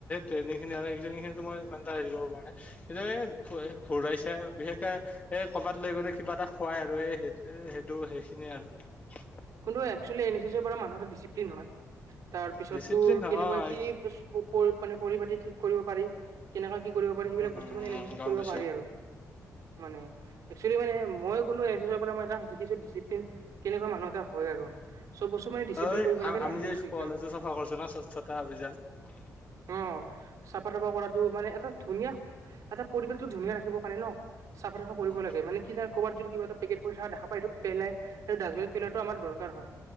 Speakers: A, on the left (about 25°); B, on the right (about 70°).
A: ট্ৰেনিং খিনিত মই ইমান এটা হে কৰিব পৰা নে ঘুৰাইছে। বিশেষকে এই কৰবাত লৈ গ'লে। কিবা এটা খোৱাই আৰু এই সেই সেইটো সেইখিনিয়ে আৰু
B: কিন্তু একচুৱেল এন এছছৰ পৰা মানুহ এটা ডচিপ্লিন হয়। তাৰ পিছত
A: ডিচিপ্লিন
B: তোৰ কেনেকুৱা
A: হয়
B: কি পৰি মানে পৰিপতি ঠিক কৰিব পাৰি। কেনেকা কি কৰিব পাৰি। সেইবিলাক
A: উম
B: বস্তু মানে এ
A: গম
B: কৰিব
A: পাইছো
B: পাৰি আৰু মানে। একচেলি মানে মই কোনো এন এছ এছৰ পৰা মই এ শিকিছো। ডিচিপ্লিন কেনেকুৱা মানুহ এটা হয় আৰু। চব বস্তু মানে ডিচিপ্লিন
A: ঐ
B: কৰিব লাগে না
A: আমি
B: সেইটো
A: যে
B: বস্তু শিকিব
A: কলেজো
B: লাগে
A: চফা কৰিছো ন। স্বচ্ছতা অভিযান। <unintelligible>
B: অ চাফা চাফা কৰাটো মানে এটা ধুনীয়া এটা পৰিৱেশটো ধুনীয়া ৰাখিবৰ কাৰণে ন। চফা চাফা কৰিব
A: উম
B: লাগোনে কি জান ক'ৰবাত যদিবা এটােট পৰি এইটো পাই সেই ডাষ্টবিন পেলত ত আমাৰ দৰকাৰ হয়।